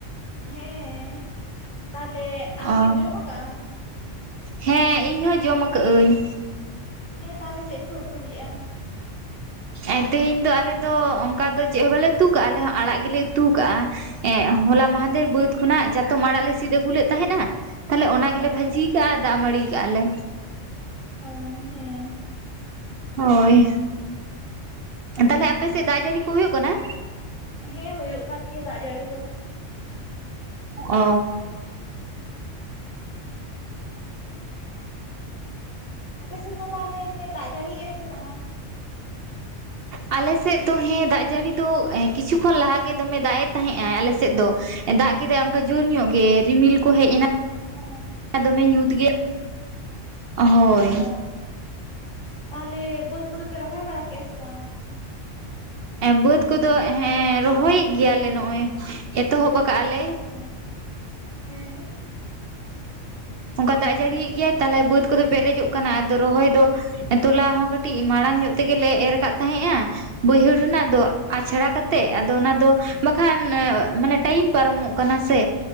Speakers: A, on the left; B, on the right.
A: ᱦᱮᱸ ᱛᱟᱦᱚᱞᱮ
B: ᱚ
A: ᱟᱢ ᱡᱚᱢ ᱟᱠᱟᱜ
B: ᱦᱮᱸ ᱤᱧ ᱦᱚ ᱡᱚᱢ ᱟᱠᱟᱜ ᱤᱧ᱾
A: ᱦᱮᱸ ᱛᱟᱦᱚᱞᱮ ᱪᱮᱫ ᱯᱮ ᱩᱛᱩ ᱞᱮᱫ-ᱟ?
B: ᱛᱮᱦᱮᱧ ᱫᱚ ᱟᱞᱮ ᱫᱚ ᱚᱱᱠᱟ ᱫᱚ ᱪᱮᱫ ᱦᱚᱸ ᱵᱟᱞᱮ ᱩᱛᱩ ᱠᱟᱜ-ᱟ ᱟᱞᱮ ᱦᱚᱸ ᱟᱲᱟᱜ ᱜᱮᱞᱮ ᱩᱛᱩ ᱠᱟᱜ-ᱟ᱾ ᱮ ᱦᱚᱞᱟ ᱢᱟᱦᱟᱫᱮᱨ ᱵᱟᱹᱫᱽ ᱠᱷᱚᱱᱟᱜ ᱪᱟᱛᱚᱢ ᱟᱲᱟᱜ ᱞᱮ ᱥᱤᱫ ᱟᱹᱜᱩ ᱞᱮᱫ ᱛᱟᱦᱮᱸᱫᱱᱟ ᱛᱟᱦᱞᱮ ᱚᱱᱟ ᱜᱮᱞᱮ
A: ᱦᱮᱸ
B: ᱵᱷᱟᱹᱡᱤᱼᱼ ᱫᱟᱜ ᱢᱟᱰᱤ ᱠᱟᱜ ᱞᱮ᱾
A: ᱚ ᱦᱮᱸ᱾
B: ᱦᱳᱭ ᱛᱟᱦᱚᱞᱮ ᱟᱯᱮ ᱥᱮᱫ ᱫᱟᱜ ᱡᱟᱹᱲᱤ ᱠᱚ ᱦᱩᱭᱩᱜ ᱠᱟᱱᱟ?
A: ᱦᱮᱸ ᱦᱩᱭᱩᱜ ᱠᱟᱱ ᱜᱮᱭᱟ ᱫᱟᱜ ᱡᱟᱹᱲᱤ ᱠᱚ ᱫᱚ᱾
B: ᱚᱻ
A: ᱟᱯᱮᱥᱮᱫ ᱫᱚ ᱛᱟᱦᱚᱞᱮ ᱫᱟᱜ ᱡᱟᱹᱲᱤᱜᱟᱭ ᱥᱮ ᱵᱟᱝ ᱟ?
B: ᱟᱞᱮ ᱥᱮᱫ ᱫᱚ ᱦᱮᱸ ᱫᱟᱜ ᱡᱟᱹᱲᱤ ᱫᱚ ᱠᱤᱪᱷᱩ ᱠᱷᱚᱱ ᱞᱟᱦᱟ ᱜᱮ ᱫᱚᱢᱮ ᱫᱟᱜ ᱮ ᱛᱟᱦᱮᱸᱫ-ᱟ ᱟᱞᱮ ᱥᱮᱫ ᱫᱚ᱾ ᱫᱟᱜ ᱠᱮᱫᱟᱭ ᱚᱱᱠᱟ ᱡᱳᱨ ᱧᱚᱜ ᱜᱮ ᱨᱤᱢᱤᱞ ᱠᱚ ᱦᱮᱡ ᱮᱱᱟ᱾
A: ᱚ
B: ᱫᱚᱢᱮ ᱧᱩᱛ ᱜᱮ ᱦᱳᱭ᱾
A: ᱚ ᱛᱟᱦᱚᱞᱮ ᱵᱟᱹᱫᱽ ᱠᱚᱫᱚ ᱯᱮ ᱨᱚᱦᱚᱭ ᱵᱟᱲᱟ ᱠᱮᱜ-ᱟ ᱥᱮ ᱵᱟᱝ?
B: ᱵᱟᱹᱫᱽ ᱠᱚᱫᱚ ᱦᱮᱸ ᱨᱚᱦᱚᱭ ᱮᱫ ᱜᱮᱭᱟᱞᱮ ᱱᱚᱜᱚᱭ ᱮᱛᱚᱦᱚᱵ ᱟᱠᱟᱫ ᱟᱞᱮ᱾
A: ᱚ ᱦᱮᱸ᱾
B: ᱚᱱᱠᱟ ᱫᱟᱜ ᱡᱟᱹᱲᱤᱭᱮᱫ ᱜᱮᱭᱟᱭ ᱛᱟᱦᱚᱞᱮ ᱵᱟᱹᱫ ᱠᱚᱫᱚ ᱯᱮᱨᱮᱡᱚᱜ ᱠᱟᱱᱟ ᱟᱫᱚ ᱨᱚᱦᱚᱭ ᱫᱚ ᱛᱚᱞᱟ ᱦᱚᱸ ᱠᱟᱹᱴᱤᱡᱼᱼ ᱠᱟᱹᱴᱤᱡ ᱢᱟᱲᱟᱝ ᱧᱚᱜ ᱛᱮᱜᱮᱞᱮ ᱮᱨ ᱠᱟᱫ ᱛᱟᱦᱮᱸᱫ-ᱟ ᱵᱟᱹᱭᱦᱟᱹᱲ ᱨᱮᱱᱟᱜ ᱫᱚ᱾ ᱟᱪᱷᱟᱲᱟ ᱠᱟᱛᱮᱜ ᱟᱫᱚ ᱚᱱᱟ ᱫᱚ ᱵᱟᱠᱷᱟᱱ ᱢᱟᱱᱮ ᱴᱟᱭᱤᱢ ᱯᱟᱨᱚᱢᱚᱜ ᱠᱟᱱᱟ ᱥᱮ᱾